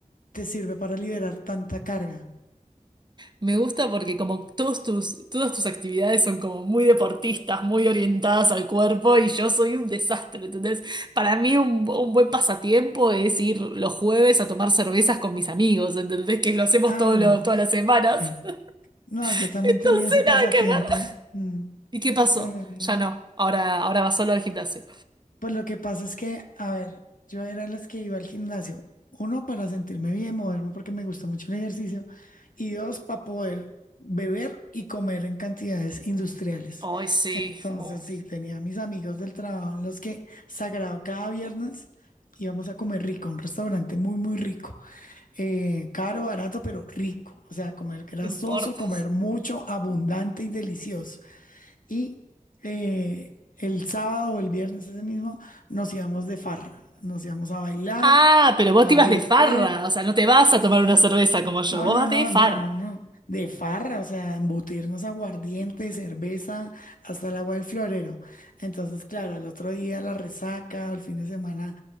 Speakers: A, on the left; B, on the right.
A: te sirve para liberar tanta carga.
B: Me gusta porque como todos tus, todas tus actividades son como muy deportistas, muy orientadas al cuerpo y yo soy un desastre, ¿entendés? Para mí un, un buen pasatiempo es ir los jueves a tomar cervezas con mis amigos, ¿entendés? Que lo hacemos
A: Ah,
B: todo
A: no.
B: lo- todas las semanas.
A: Eh, No,
B: <laughs>
A: yo también
B: Entonces
A: tenía ese pasatiempo.
B: nada que ver.
A: Mm.
B: ¿Y qué pasó?
A: No, no, no.
B: Ya no, ahora, ahora va solo al gimnasio.
A: Pues lo que pasa es que, a ver, yo era de las que iba al gimnasio. Uno, para sentirme bien, moverme porque me gusta mucho el ejercicio. Y dos, para poder beber y comer en cantidades industriales.
B: Ay, sí,
A: Entonces,
B: oh,
A: sí, tenía a mis amigos del trabajo en los que, sagrado, cada viernes íbamos a comer rico, a un restaurante muy, muy rico. Eh, caro, barato, pero rico. O sea, comer grasoso,
B: no importas.
A: comer mucho, abundante y delicioso. Y eh, el sábado o el viernes ese mismo nos íbamos de farra, nos íbamos a bailar,
B: Ah, pero vos
A: a
B: te ibas
A: beber.
B: de farra, o sea, no te vas
A: Sí, sí,
B: a
A: sí,
B: tomar
A: sí,
B: una cerveza
A: sí.
B: como yo,
A: No,
B: vos
A: no,
B: vas
A: no,
B: de farra.
A: no, no, no. De farra, o sea, embutirnos aguardiente, cerveza, hasta el agua del florero. Entonces, claro, el otro día la resaca, o el fin de semana